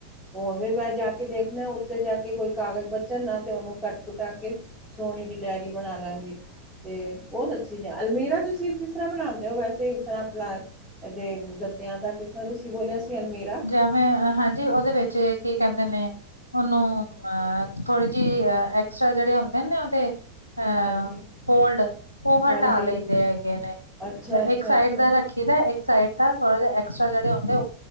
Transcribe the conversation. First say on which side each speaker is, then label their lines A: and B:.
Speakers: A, in the centre; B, on the left (about 85°).
A: ਹੋਰ ਵੀ ਮੈ ਜਾ ਕੇ ਦੇਖਣਾ ਉਤੇ ਜਾ ਕੇ ਕੋਈ ਕਾਗਜ਼ ਬਚਣ ਨਾ ਤੇ ਉਹਨੂੰ ਕੱਟ ਘਟਾ ਕੇ ਸੋਹਣੀ ਜੀ ਡਾਇਰੀ ਬਣਾ ਲਾਗੇ ਤੇ ਬਹੁਤ ਅੱਛੀਜ਼ ਆ ਅਲਮੀਰਾ ਤੁਸੀ ਕਿਸ ਤਰ੍ਹਾਂ ਬਣਾਉਦੇ ਹੋ ਵੈਸੇ ਇਸ ਤਰ੍ਹਾ ਦੇ ਗੱਤਿਆਂ ਦਾ ਕਿਸ ਤਰ੍ਹਾਂ ਤੁਸੀ ਬੋਲਿਆ ਸੀ ਅਲਮੀਰਾ
B: ਜਿਵੇ ਹਾਂਜੀ ਉਹਦੇ ਵਿਚ ਕੀ ਕਹਿਦੇ ਨੇ ਉਹਨੂੰ ਅ ਥੋੜੀ ਜਿਹੀ ਐਕਸਟਰਾ ਜਿਹੜੇ ਹੁੰਦੇ ਨੇ ਉਹਦੇ ਅ
A: ਹਾਂਜੀ
B: ਫੋਲਡ ਉਹ
A: ਹਾਂਜੀ
B: ਹਟਾ ਲਈਦੇ ਹੈਗੇ ਨੇ
A: ਅੱਛਾ ਅੱਛਾ
B: ਇਕ ਸਾਈਡ
A: ਅੱਛਾ
B: ਦਾ ਰੱਖ ਰੱਖੇ ਦਾ ਇੱਕ ਸਾਈਡ ਥੋੜਾ ਜਾ ਐਕਸਟਰਾ